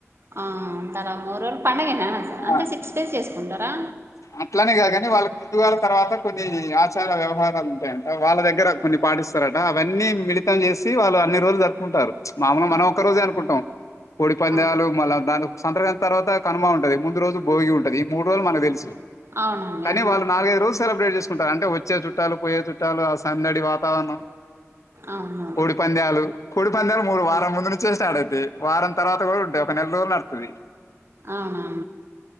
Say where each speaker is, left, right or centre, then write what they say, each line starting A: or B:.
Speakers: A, on the right; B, on the left.
A: ఆ తరమరురు పండగనా
B: ఆ
A: అంటే సిక్స్ డేస్ చేసుకుంటారా
B: అట్లనే కాదు కాని వాళ్ళకి ముందుగాల తర్వాత కొన్ని ఆచార వ్యవహారాలు ఉంటాయంట వాళ్ళ దగ్గర కొన్ని పాటిస్తారట అవన్నీ మిలితం చేసి వాళ్ళు అన్ని రోజులు జరుపుకుంటారు మామూలుగా
A: ఆ,
B: మనం ఒకక్క రోజే అనుకుంటాం కోడి పందాలు
A: అవును
B: మళ్ళా దాని సంక్రాంతి తర్వాత కనుమా ఉంటుంది ముందు రోజు భోగి ఉంటది ఈ మూ రోజులునకు తెలుసు
A: అవునండి
B: కానీ
A: మూడు
B: వాళ్ళు నాలుగైదు రోజు సెలబ్రేట్ చే తీూసుకుంటారు అంటే వచ్చే చుట్టాలు పోయే చుట్టాలు ఆ సందడి వాతావరణం
A: అవును
B: కోడి పందేలు కుడి పందేలు మూడు వారం ముందు నుంచే స్టార్ట్ అవుతాయి వారం తర్వాత కూడా ఉంటాయి ఒక నెల రోజులు నడుతుంది
A: అవునా